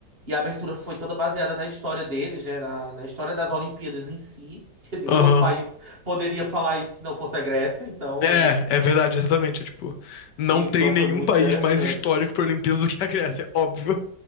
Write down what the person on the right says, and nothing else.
E a abertura foi toda baseada na história deles, né? Na, na história das Olimpíadas em si, <laughs> que nenhum
outro país poderia falar isso se não fosse a Grécia. Então,
então
foi muito
interessante.